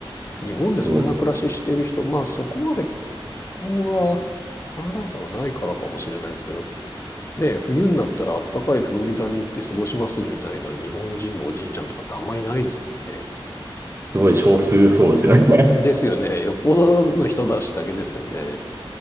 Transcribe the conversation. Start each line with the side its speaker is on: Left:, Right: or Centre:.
Left: 日本でそんな暮らししてる人、
Right: すごい。
Left: まあ、そこまで気候は、寒暖差がないからかもしれないですけど、ね、冬になったらあったかいフロリダに行って過ごしますみたいな日本人のおじいちゃんとかってあんまりいないですもんね。
Right: すごい少数そうですよね。
Left: ですよね。
Right: <laughs>
Left: よっぽどの人たちだけですよね。